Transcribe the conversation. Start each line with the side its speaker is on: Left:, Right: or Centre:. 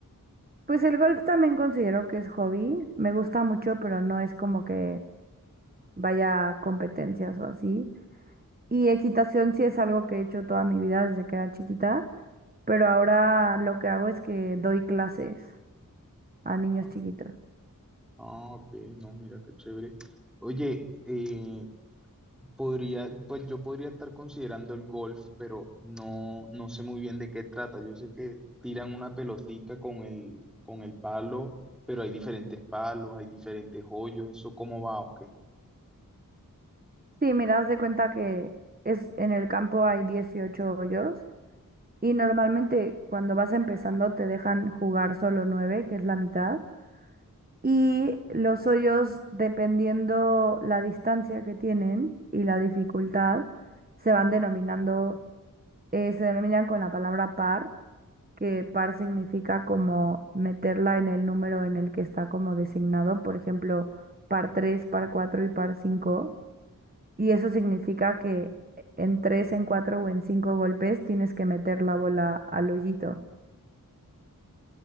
Right: Pues el golf también considero que es hobby, me gusta mucho, pero no es como que vaya a competencias o así. Y equitación sí es algo que he hecho toda mi vida desde que era chiquita, pero ahora lo que hago es que doy clases a niños
Centre: Ah,
Right: chiquitos.
Centre: ah, ok, no, mira qué chévere. Oye, eh, podría, pues yo podría estar considerando el golf, pero no, no sé muy bien de qué trata. Yo sé que tiran una pelotica con el, con el palo, pero hay diferentes palos, hay diferentes hoyos, ¿eso cómo va o qué?
Right: Sí, mira, haz de cuenta que es en el campo hay dieciocho hoyos Y normalmente cuando vas empezando te dejan jugar solo nueve, que es la mitad. Y los hoyos, dependiendo la distancia que tienen y la dificultad, se van denominando, eh, se denominan con la palabra par, que par significa como meterla en el número en el que está como designado, por ejemplo, par tres par cuatro y par cinco Y eso significa que en tres en cuatro o en cinco golpes tienes que meter la bola al hoyito.